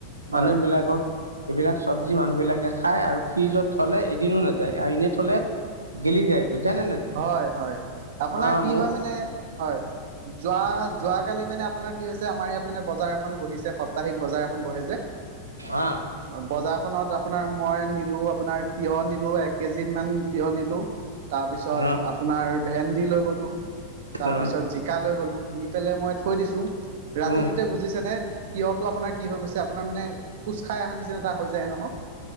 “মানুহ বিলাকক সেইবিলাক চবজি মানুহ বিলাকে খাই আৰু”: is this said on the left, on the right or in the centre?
Right